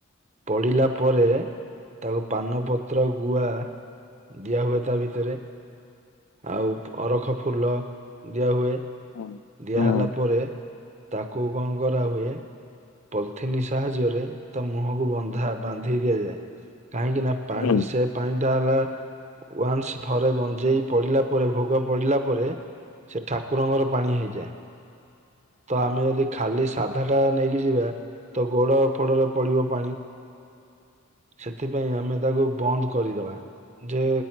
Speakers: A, on the right; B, on the left.
A: ପଡ଼ିଲା ପରେ ତାକୁ ପାନପତ୍ର ଗୁଆ ଦିଆହୁଏ ତାଭିତରେ। ଆଉ ଅରଖ ଫୁଲ ଦିଆହୁଏ
B: ହୁଁ
A: ଦିଆହେଲା
B: ହୁଁ
A: ପରେ ତାକୁ କଣ କରାହୁଏ ପଲିଥିିନ ସାହାଯ୍ୟରେ ତା ମୁହଁକୁ ବନ୍ଧା ବାନ୍ଧି ଦିଆଯାଏ। କାହିଁକି ନା ପାଣି
B: ହୁଁ।
A: ସେ ପାଣି ଟା ଅଲଗା। ୱନ୍ସ ଥରେ ଗଞ୍ଜେଇ ପଡିଲା ପରେ ଭୋଗ ପଡିଲା ପରେ ସେ ଠାକୁରଙ୍କର ପାଣି ହେଇଯାଏ। ତ ଆମେ ଯଦି ଖାଲି ସାଧା ଟା ନେଇକି ଯିବା ତ ଗୋଡ ଫୋଡରେ ପଡିବ ପାଣି। ସେଥିପାଇଁ ଆମେ ତାକୁ ବନ୍ଦ କରିଦବା ଯେ